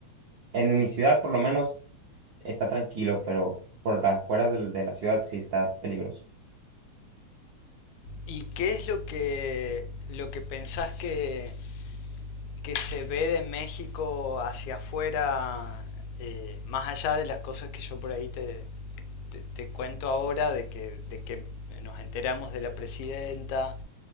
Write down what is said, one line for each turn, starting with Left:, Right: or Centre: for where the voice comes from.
Right: en mi ciudad por lo menos está tranquilo, pero por las afueras del- de, la ciudad sí está peligroso.
Left: ¿Y qué es lo que, lo que pensás que, que se ve de México hacia afuera, eh, más allá de las cosas que yo por ahí te, te, te cuento ahora, de que, de que nos enteramos de la presidenta